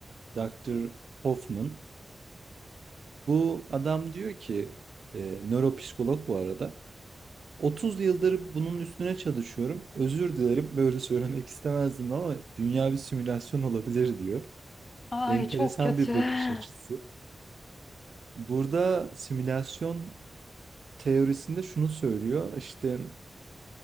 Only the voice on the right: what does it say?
Dr. Hoffman. Bu adam diyor ki, e, nöropsikolog bu arada. 30 yıldır bunun üstüne çalışıyorum. Özür dilerim böyle söylemek istemezdim ama dünya bir simülasyon olabilir diyor.
Enteresan
bir bakış
açısı. Burada simülasyon teorisinde şunu söylüyor. İşte